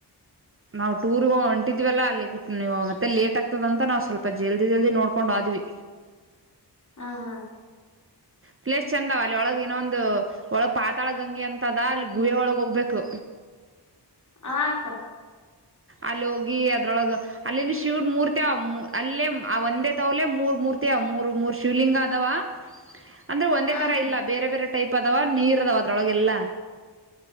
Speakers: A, on the right; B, on the left.
A: ನಾವು ಟೂರ್ಗೆ ಹೊಂಟಿದ್ವಲ್ಲ ಅಲ್ಲಿಟ್ಟ ನೀವು ಮತ್ತೆ ಲೇಟ್ ಆಗ್ತದಂತ ನಾವು ಸ್ವಲ್ಪ ಜಲ್ದಿ ಜಲ್ದಿ ನೋಡ್ಕೊಂಡು್ವಿ
B: ಹ ಹಾ
A: ಪ್ಲೇಸ್ ಚೆಂದವ ಅಲ್ಲಿ ಒಳಗ ಇನ್ನೊಂದು ಒಳಗ್ ಪಾತಾಳ ಗಂಗೆಿ ಅಂತದ ಅಲ್ಲಿ ಗುಹೆ ಒಳಗ ಹೋಗ್ಬೇಕು
B: ಹಕ್ಕ
A: ಅಲ್ಲಿ ಹೋಗಿ ಅದ್ರೊಳಗ ಅಲ್ಲಿನ ಶಿವನ್ ಮೂರ್ತಿವ ಅಲ್ಲೇ ಆ ಒಂದೇ ತವಲೆ ಮೂರ್ ಮೂರ್ತಿ ಅವ ಮೂರ್ ಮೂರ್ ಶಿವ್ಲಿಂಗ ಅದಾವ ಅಂದ್ರೆ ಒಂದೇ
B: ಹಾ
A: ತರ
B: ಅಕ್ಕ
A: ಇಲ್ಲ ಬೇರೆ ಬೇರೆ ಟೈಪ್ ಅದಾವ ನೀರ್ ಅದಾವ ಅದ್ರೊಳಗೆ ಎಲ್ಲ